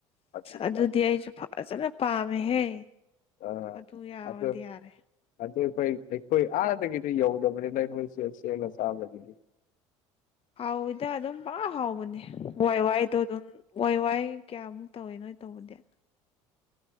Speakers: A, on the left; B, on the left.
A: ꯑꯗꯨ
B: ꯑꯗꯨꯗꯤ
A: ꯆꯥꯏ
B: ꯑꯩꯁꯨ ꯐꯖꯅ ꯄꯥꯝꯃꯦꯍꯦ
A: ꯑꯥ
B: ꯑꯗꯨ ꯌꯥꯎꯔꯗꯤ
A: ꯑꯗꯨ
B: ꯌꯥꯔꯦ
A: ꯑꯗꯨ ꯑꯩꯈꯣꯏ ꯑꯩꯈꯣꯏ ꯑꯥꯗꯒꯤꯗꯤ ꯌꯧꯗꯕꯅꯤꯅ ꯑꯩꯈꯣꯏꯁꯦ ꯁꯦꯡꯅ ꯆꯥꯕꯒꯤꯗꯤ
B: ꯍꯥꯎꯋꯤꯗ ꯑꯗꯨꯝ ꯄꯥꯛ ꯍꯥꯎꯕꯅꯦ ꯋꯥꯏ ꯋꯥꯏꯗꯣ ꯑꯗꯨꯝ ꯋꯥꯏ ꯋꯥꯏ ꯀꯌꯥꯃꯨꯛ ꯇꯧꯋꯦ ꯅꯣꯏ ꯇꯧꯕꯗꯤ